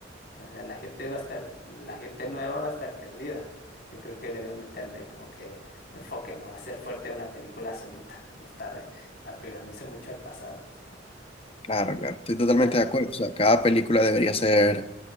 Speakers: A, on the left; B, on the left.
A: o sea, la gente va a estar, la gente nueva va a estar perdida. Yo creo que deben meterle como que enfoque, ¿no? Hacer fuerte una película solita, no estar eh, apegándose mucho al pasado. ¿sí?
B: Claro, claro, estoy totalmente
A: La,
B: de acuerdo. O sea, cada película debería ser